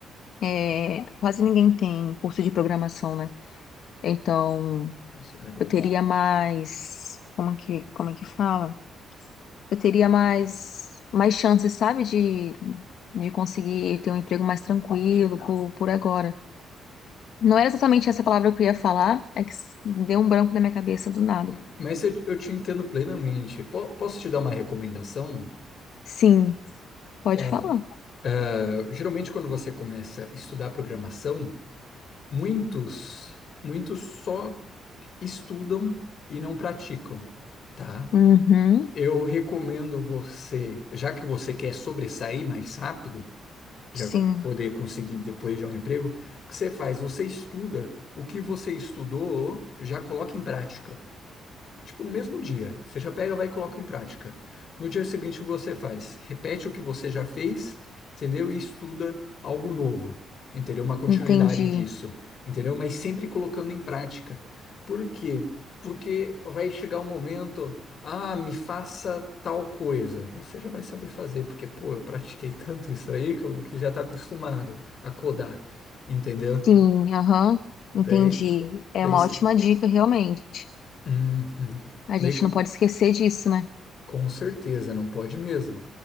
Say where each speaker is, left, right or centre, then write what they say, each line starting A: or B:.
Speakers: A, on the left (about 70°); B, on the left (about 55°).
A: é, quase ninguém tem curso de programação, né? Então,
B: Isso é verdade.
A: eu teria mais, como que, como é que fala? Eu teria mais, mais chances, sabe, de, de conseguir ter um emprego mais tranquilo por, por agora. Não era exatamente essa palavra que eu ia falar, é que s- deu um branco na minha cabeça do nada.
B: Hum, Mas eu, eu te entendo plenamente. Po- posso te dar uma recomendação?
A: Sim, pode
B: Ó,
A: falar.
B: eh, geralmente quando você começa a estudar programação, muitos, muitos só estudam e não praticam, tá?
A: Uhum,
B: Eu recomendo você, já que você quer sobressair mais rápido, já
A: sim.
B: poder conseguir depois já um emprego, o que você faz? Você estuda o que você estudou, já coloca em prática. Tipo, no mesmo dia. Você já pega, vai e coloca em prática. No dia seguinte, o que você faz? Repete o que você já fez, entendeu? E estuda algo novo, entendeu? Uma continuidade
A: Entendi.
B: disso, entendeu? Mas sempre colocando em prática. Por quê? Porque vai chegar um momento, ah, me faça tal coisa. Você já vai saber fazer, porque, pô, eu pratiquei tanto isso aí que, eu, que já tá acostumado a codar, entendeu?
A: Sim, aham.
B: Daí,
A: Entendi. É
B: daí,
A: uma
B: se-
A: ótima dica, realmente.
B: Uhum.
A: A
B: Daí,
A: gente não pode esquecer disso, né?
B: Com certeza, não pode mesmo.